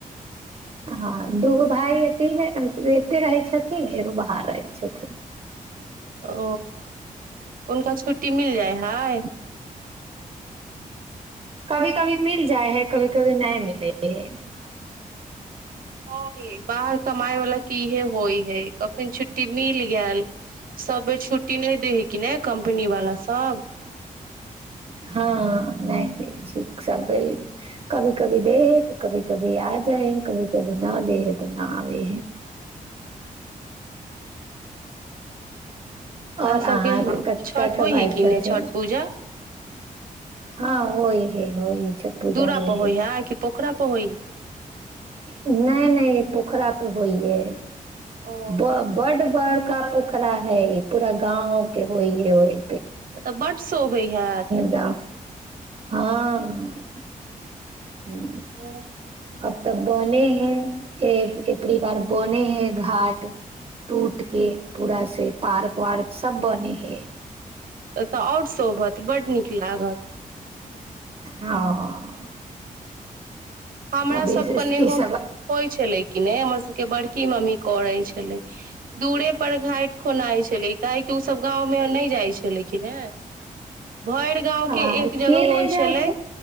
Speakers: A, on the right (about 45°); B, on the right (about 80°).
A: हँ दगो भाय एतेक एतेक रहै छथिन एगो बा रहै छथिन
B: ओ उनका छुट्टी मिल जाए हाय
A: कभी कभी मिल जाय है कभी कभी नहि मिलै है
B: ह बाहर कमााय वाला के इहे होय है कखन छुट्टी मिल गेल सभ बेर छुट्टी नहि द कि नहि कम्पनी वाला सभ
A: हँ नहि सब कभी कभी दे तऽ कभी कभी आ जाए कभी कभी न दे इतना भी ओर
B: आ
A: अहाँके
B: सबके छठ
A: कठ
B: होइ
A: भइ
B: हइ कि
A: छथि
B: नहि छठ पूजा
A: हँ हो है ह छठ पूजा
B: दूरा
A: हो
B: पर होइ
A: ह
B: है कि पोखरा पर होइ है
A: नहि नहि पोखरा तऽ होहिए
B: ओ
A: बड बड़ का पोखरा है ई पूरा गाम के होइ ह होइ
B: ओ तऽ बड्ड शोभे हैत
A: गाँव हँ <inaudible>
B: ओ
A: अब तऽ बने है एक एकरी बार बने है घाट टूट के पूरा से पार्क वार्क सब बने है
B: तऽ आओर शोभत बड नीक लागत
A: हँ
B: हमरा
A: अभी
B: सबके नेहो
A: ई सब
B: होइत छलै की नै हमर सबके बड़की मम्मी करैत छै छलै दूरे पर घाइट खोलाइ छलै काहै की उस सब गाँव मे नहि जाइ छले किनै ह भरि गाँंव
A: आ
B: के एक जगह
A: नहि
B: होइ
A: जाइ
B: छलै